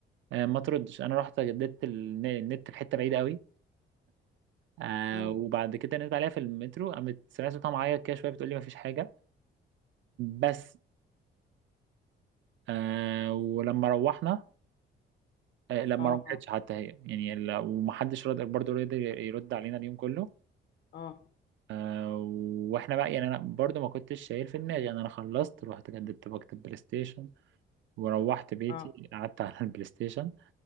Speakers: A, on the right; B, on the left.
A: آه، ما تردش انا رحت جددت الن- النت في حته بعيده قوي آه
B: امم
A: وبعد كده نزلت عليها في المترو قامت سمعت صوتها معايا كده شويه بتقول لي ما فيش حاجه بس آه ولما روحنا آه، لا ما
B: اه
A: رجعتش
B: اه
A: حتى هي يعني ال- ومحدش رد برضه رد يرد علينا اليوم كله
B: اه
A: آه، واحنا بقى يعني انا برضه ما كنتش شايل في دماغي يعني انا خلصت رحت جددت باجة البلاي ستيشن وروحت بيتي
B: اه
A: قعدت <laughs> على البلاي ستيشن